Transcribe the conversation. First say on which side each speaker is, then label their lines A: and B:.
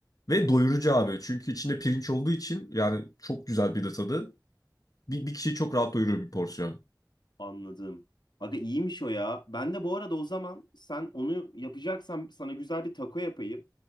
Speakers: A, on the left (about 55°); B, on the left (about 80°).
A: Ve doyurucu abi. Çünkü içinde pirinç olduğu için yani çok güzel bir de tadı. Bir, bir kişiyi çok rahat doyurur bir porsiyon.
B: anladım. Aga iyiymiş o ya. Ben de bu arada o zaman sen onu yapacaksan sana güzel bir taco yapayım.